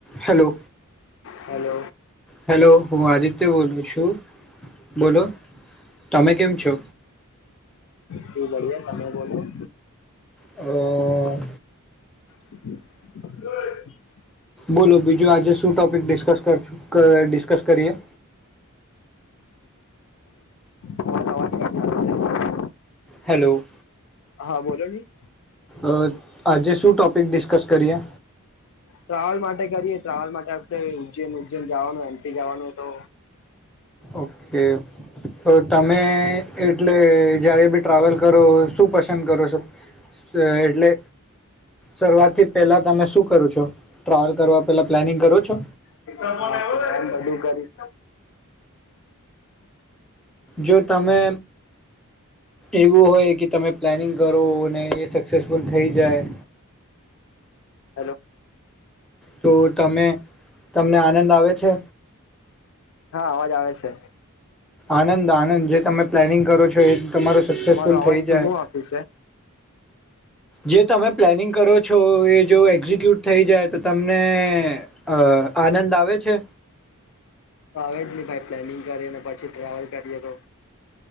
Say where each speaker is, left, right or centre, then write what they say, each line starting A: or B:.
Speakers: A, in the centre; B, on the left (about 60°).
A: Hello
B: hello
A: hello હું આદિત્ય બોલું છું બોલો તમે કેમ છો
B: શું બઢિયા તમે બોલો
A: અ
B: <inaudible>
A: બોલો બીજું આજે સુ ટોપિક ડિસ્કસ કર કર ડિસ્કસ કરીએ.
B: તમારો અવાજ કટ આવે છે
A: હેલો
B: હા બોલો ની
A: અ આજે શું ટોપિક ડિસ્કસ કરીએ.
B: ટ્રાવલ માટે કરીએ ટ્રાવલ માટે ઉજ્જૈન ઉજ્જૈન જવાનું એમથી જવાનું તો
A: ઓકે તો તમે એટલે જ્યારે બી ટ્રાવેલ કરો શું પસંદ કરો છો એટલે શરૂઆથી પહેલા તમે શું કરો છો ટ્રાવેલ કરવા પેલા પ્લાનિંગ કરો છો
B: <unintelligible> બધું કરી
A: જો તમે એવું હોય કે તમે પ્લાનિંગ કરો અને એ સક્સેસફુલ થઈ જાય
B: હલો
A: તો તમે તમને આનંદ આવે છે
B: હા અવાજ આવે છે. છે.
A: આનંદ આનંદ જે તમે પ્લાનિંગ કરો છો એ તમારું સક્સેસફુલ
B: તમારો અવાજ
A: થઈ જાય
B: ધીમો આપ્યું છે.
A: જે તમે પ્લાનિંગ કરો છો એ જો એક્ઝિક્યુટ થઈ જાય તો તમને અ આનંદ આવે છે.
B: આવે જ નહી ભાઈ પ્લેનિંગ કરીએ ને પછી ટ્રાવેલ કરીએ તો